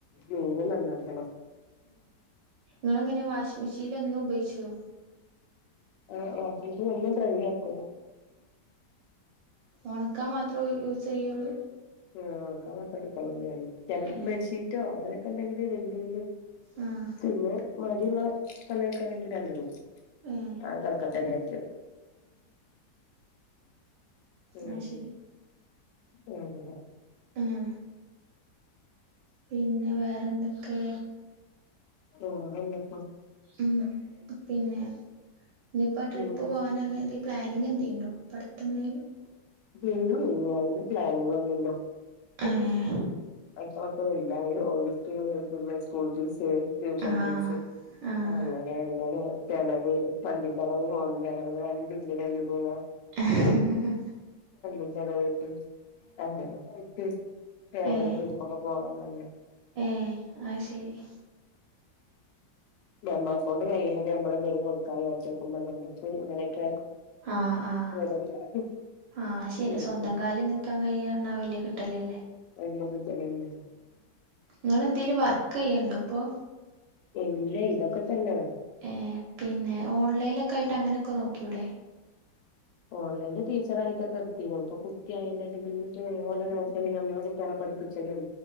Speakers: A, on the left (about 80°); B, on the right (about 90°).
A: മീനും നന്നാക്കണം
B: ങ്ങളങ്ങനെ വാഷ് മിഷീനിൽ എന്നും ഉപയോഗിച്ചോ
A: ആഹ് വാഷിംഗ് മെഷീൻ എന്നും ഡ്രൈ ആക്കും
B: ഉണക്കാൻ മാത്രേ യൂസ് ചെയ്യുള്ളൂ
A: ആഹ് ഉണക്കൻ മാത്രം എടുക്കലൊള്ളൂ ഞാൻ ചിലപ്പം
B: ഏഹ്
A: ബെഡ്ഷീറ്റോ അങ്ങനൊക്കെ ഉണ്ടെങ്കിൽ വലിയ വലിയ
B: ആഹ്
A: പിന്നെ മടിയുള്ള സമയൊക്കാണെങ്കിൽ ആണ്ടിടും
B: ഏഹ്
A: ആഹ് കിടക്കട്ടെ ന്ന് വിചാരിച്ചു ഉം
B: ആഹ് ശരി
A: അങ്ങനെ
B: ആഹ് പിന്നെ വേറെന്തൊക്കെ
A: വേറെന്തൊക്കെ
B: ഉം പിന്നെ ഇനിപ്പോ ആ ട്രിപ്പ്
A: ഉം
B: പോകാന അങ്ങനെന്തെങ്കിലും പ്ലാനിങ് എന്തേലും ഉണ്ടോ ഇപ്പൊ അടുത്തെ എന്തേലും
A: <unintelligible> ഇല്ല അങ്ങനെ പ്ലാനിങ് ഒന്നുംല്ല ഹി
B: ഏഹ്
A: ഹി ഹി മക്കളൊക്കെ വലുതായി ഓല് ക്ക് പിള്ളേ സ്കൂൾ ഫീസ് ട്യൂഷൻ
B: ആഹ്
A: ഫീസ്
B: ആഹ്
A: അങ്ങനെ ഇങ്ങനെ ചെലവ് വണ്ടിന്റടവ് ഫോണിന്റടവ് വണ്ടിണ്ട് രണ്ട് മൂന്നാ
B: ഹേ ഹ് ഹ് ഹ് ഹ്
A: ന്റെ അടവുണ്ട് അങ്ങനെക്കെയായിട്ട് എവിടെ
B: ഏഹ്
A: ട്രിപ്പൊക്കെ പോകാൻ സമയം
B: ഏഹ് അത് ശരി
A: <unintelligible> കൊണ്ട് കഴിയണില്ല നമ്മളെന്തേലും കൊടുക്കാന്ന് <unintelligible> ഇങ്ങനെ <unintelligible>
B: ആഹ് ആഹ് ആഹ് ശരിയാ സ്വന്തം
A: ഒക്കെ
B: കാലില് നിൽക്കാൻ കഴിയെന്നു പറഞ്ഞാ വല്യ കിട്ടലല്ലേ
A: വല്യ കിട്ടലന്നേ.
B: നിങ്ങള് എന്തേലും വർക്ക് ചെയ്യണ്ടോ ഇപ്പൊ
A: ഇല്ല ഇതൊക്ക തന്ന.
B: ഏഹ് പിന്നെ ഓൺലൈനിലൊക്കെ ആയിട്ട് അങ്ങനൊക്കെ നോക്കൂടെ
A: ഓൺലൈനില് ടീച്ചർ ആയിട്ടൊക്കെ എടുത്തീനു ഇപ്പ കുട്ടിയായേന്റെഷം പിന്നെ <unintelligible> ഓല നോക്കല്, അമ്മള കുട്ട്യള പ പടിപ്പിച്ചനം.